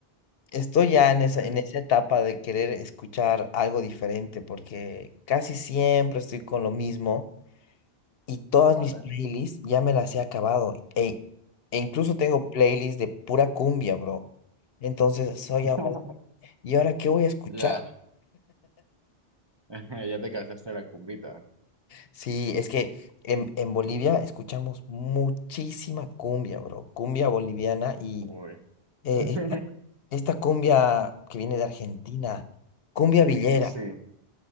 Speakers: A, on the left; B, on the right.
A: estoy ya en esa,
B: Ujú,
A: en esa etapa de querer escuchar algo diferente, porque casi siempre estoy con lo mismo y todas
B: ¿Vale?
A: mis playlists ya me las he acabado. E, e incluso tengo playlists de pura cumbia, bro. Entonces soy
B: <laughs>
A: ahora, ¿y ahora qué voy a escuchar?
B: Ya, <laughs> ya te cansaste de la cumbita.
A: Sí, es que en, en Bolivia escuchamos muchísima cumbia, bro, cumbia boliviana y
B: Uy.
A: eh,
B: <laughs>
A: esta, esta cumbia que viene de Argentina, cumbia villera,
B: Sí,